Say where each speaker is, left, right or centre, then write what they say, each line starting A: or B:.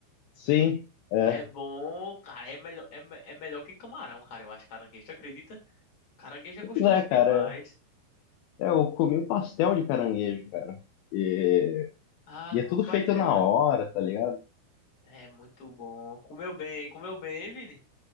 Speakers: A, on the left (about 85°); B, on the left (about 35°).
A: Sim, é.
B: é bom, cara, é melhor, é, me- é melhor que camarão, cara, eu acho caranguejo, tu acredita? Caranguejo é
A: Pois
B: gostoso
A: é,
B: demais.
A: cara. É, eu comi um pastel de caranguejo, cara. E,
B: Ah,
A: e é
B: comeu
A: tudo
B: pastel,
A: feito na
B: né?
A: hora, tá ligado?
B: É muito bom. Comeu bem, comeu bem, hein, Vini?